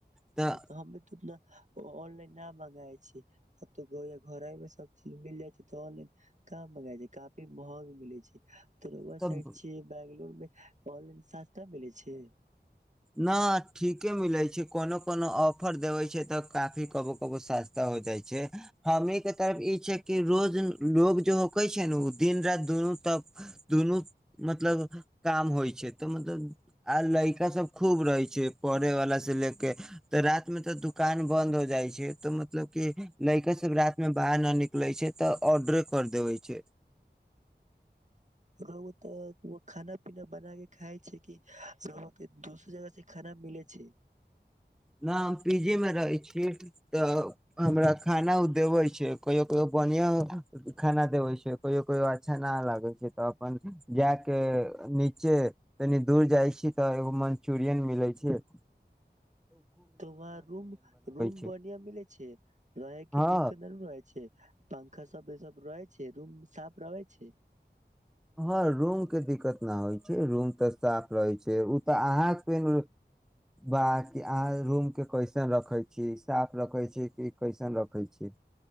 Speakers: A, in the centre; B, on the right (about 40°).
A: तऽ
B: हम <unintelligible> ओ ऑनलाइन न मंगाय छैक घरे मे सब चीज मिल जाइ छैक तऽ ऑनलाइन कहाँ मंगाय महग मिलै छैक त रौआ
A: तब
B: साइड छीय बंगलोर मे ऑनलाइन सस्ता मिलय छैक।
A: न ठीके मिलय छैक कोनो कोनो ऑफर देबय छै तऽ काफी कबो कबो सस्ता हो जाइ छै हमी केँ तरफ ई छैक कि रोज लोग जे होकै छै ने ओ दिन राति दुनू त दुनू मतलब काम होइत छैक तऽ मतलब लड़का सब खूब रहय छैक पढ़े वाला से ले केँ तऽ रात मे तऽ दुकान बंद हो जाइत छैक तऽ मतलब क लड़का सब राति मे बाहर न निकले छैक तऽ ऑर्डरे कर देबय छैक
B: रोउआ खाना पीना बनााकेँ खाइ छियैक कि दोसर जगह से खाना मिलय छैक
A: हँ हम पीजी मे रहैत छी तऽ हमरा खाना ओ देबे छैक कहियो कहियो बढ़िआँ खाना देबे छैक कहियो कहियो अच्छा नहि लागैत छैक तऽ अपन जाके नीचे कनि दूर जाइ छी तऽ एगो मन्चुरियन मिलय छैक
B: तोर रूम रूम
A: छै
B: बढ़िया मिलय छैट रहय केँ
A: हँ
B: दिक्कत नहि न रहय छैक पंखा सब रहय छैक रूम साफ रहय छैक
A: हँ रूमकेँ दिक्कत नहि होइत छैक रूम तऽ साफ रहय छैक ओ तऽ अहाँ पर बा कि अहाँ रूमकेँ कैसन राखय छी साफ राखय छी कि कैसन रखय छी